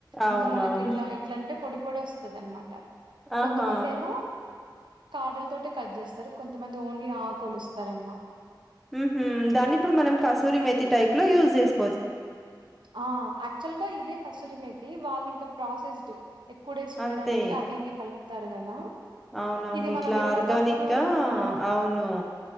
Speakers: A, in the centre; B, on the right.
A: అవునవును.
B: ఇంకా మనకు ఇట్లా ఇట్లాంటే పొడి పొడి వస్తుంది అనమాట
A: ఆహా!
B: కొంతమంది ఏమో కాడల తోటే కట్ చేస్తారు కొంతమంది ఓన్లీ ఆకలుస్తారనమాట
A: మ్మ్ హ్మ్ దాన్ని ఇప్పుడు మనం కసూరి మేతి టైప్ లో యూజ్ చేసు
B: ఆ యాక్చువల్ గా ఇదే కసూరి మేతి వాళ్ళు ఇంకా ప్రాసెస్డ్ ఎక్కుడేసి ఉండడానికి
A: అంతే.
B: అవి ఇవి కలుపుతారు కదా
A: అవునవును.
B: ఇది మనం
A: ఇట్లా
B: ఎప్పటికప్పుడు
A: ఆర్గానిక్‌గా
B: ఆ
A: అవును.